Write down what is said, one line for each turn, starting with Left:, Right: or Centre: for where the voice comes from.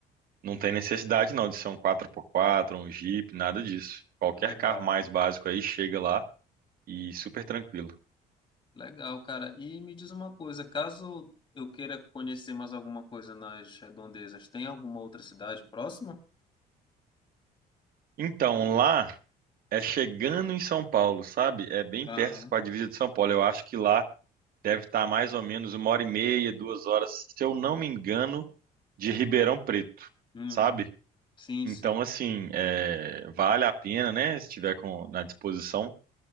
Right: não tem necessidade não de ser um quatro por quatro, um Jeep, nada disso. Qualquer
Left: legal.
Right: carro mais básico aí chega lá e super tranquilo.
Left: Legal, cara. E me diz uma coisa, caso eu queira conhecer mais alguma coisa nas redondezas, tem alguma outra cidade próxima?
Right: Então, lá é chegando em São Paulo, sabe? É bem
Left: Aham.
Right: perto com a divisa de São Paulo. Eu acho que lá deve estar mais ou menos uma hora e meia, duas horas, se eu não me engano de Ribeirão Preto,
Left: Uhum.
Right: sabe?
Left: Sim,
Right: Então,
Left: sim.
Right: assim, é, vale a pena, né? Se tiver com, na disposição,